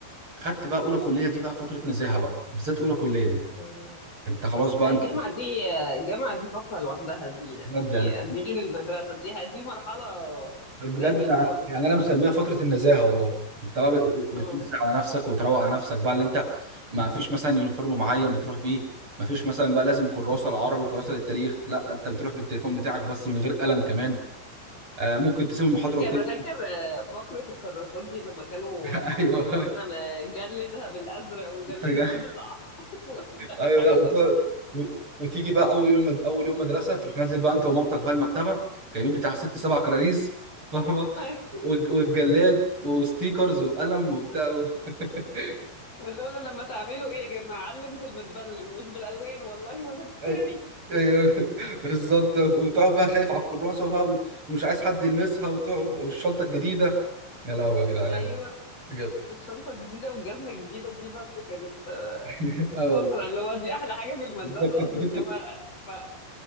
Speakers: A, on the right; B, on the left.
A: خدت بقى اولى كلية دي بقى فترة نزاهة بقى بالذات اولى كلية دي
B: مم.
A: انت خلاص بقى
B: لا الجامعه دي الجامعه دي فقره لوحدها دي يعني
A: بجد يعني
B: دي غير المدرسه دي دي مرحله
A: بجد
B: تانية
A: أنا-
B: خالص
A: يعني
B: بقى
A: انا مسميها فتره النزاهه والله انت بقى بت- بت-
B: مم.
A: بتنزل على نفسك وتروق على نفسك بقى اللي انت ما فيش مثلا يونيفورم معين بتروح بيه ما فيش مثلا بقى لازم كراسه العربي كراسه للتاريخ لا انت بتروح بالتليفون بتاعك بس من غير قلم كمان آه ممكن تسيب المحاضره
B: فاكر
A: وتمشي
B: فاكر آه، فقره الكراسات دي لما كانوا
A: <laughs> ايوه
B: يقولوا لنا ما جلدها بالازرق وجلدها
A: أنت جاي.
B: بالاحمر <laughs>
A: ايوه
B: والحاجات
A: لا
B: اللي
A: بتقعد- و- وتيجي بقى اول يوم اول يوم مدرسه تروح نازل بقى انت ومامتك بقى المكتبه جايبين بتاع ست سبع كراريس فاهمه
B: <laughs>
A: والج- والجلاد وستيكرز وقلم وبتاع <laughs>
B: ونقول له لما تعملوا ايه يا جماعه علم في المتبلم مش بالالوان والله ولا بالكراريس
A: ايوه ايوه <laughs> بالظبط وتقعد بقى خايف على الكراسه بقى و- ومش عايز حد يلمسها وتقعد والشنطه الجديده يا لهوي
B: <laughs>
A: يا جدعان
B: ايوه
A: بجد
B: الشنطه الجديده والجزمه الجديده دي برضو كانت آه،
A: <laughs> اه
B: فقره
A: والله
B: اللي هو دي احلى حاجه في المدرسه
A: بالظبط انت
B: اصلا
A: كنت
B: ان هو ما-